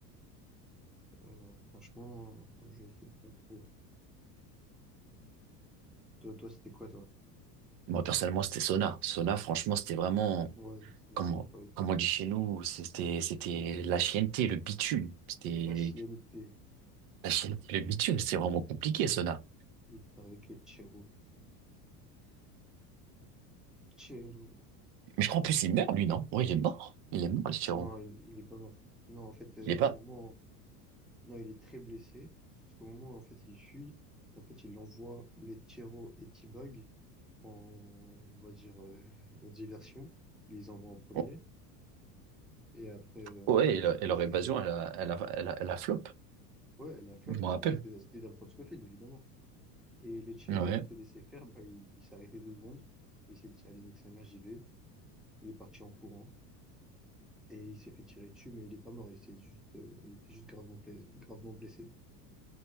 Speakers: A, in the centre; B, on the right.
A: Euh, franchement, euh, je sais pas trop. Toi, toi, c'était quoi, toi?
B: Moi, personnellement, c'était Sona. Sona, franchement, c'était vraiment,
A: Ouais, c'est
B: comme,
A: c'est incroyable.
B: comme on dit chez nous, c'était, c'était la chienneté, le bitume. C'était
A: La CNP,
B: la chienneté, le bitume, c'était vraiment compliqué, Sona.
A: il était avec les Chiro. Chiro.
B: Mais je crois en plus, il meurt, lui, non? Ouais, il est mort. Il est mort, le tyran.
A: Non, il, il est pas mort. Non, en fait, euh,
B: Il est pas.
A: au moment... Non, il est très blessé. Parce qu'au moment où, en fait, il fuit, en fait, il envoie les Chiro et T-Bag en, on va dire, euh, en diversion. Il les envoie en premier.
B: Oh,
A: Et après, euh,
B: Ouais,
A: bah,
B: et,
A: du
B: leur
A: coup,
B: et leur
A: ça...
B: évasion, elle a, elle a, elle a, elle a flop.
A: Ouais, elle a flop
B: Je
A: parce
B: m'en rappelle.
A: que mais c'était c'était dans le plan de Scofield, évidemment. Et les Chiro,
B: Ouais.
A: au lieu de se laisser faire, bah, il, il s'est arrêté deux secondes. Il s'est dit, allez, nique sa mère, j'y vais. Il est parti en courant. et il s'est fait tirer dessus, mais il est pas mort, il s'est juste, euh, il était juste gravement, pla- gravement blessé.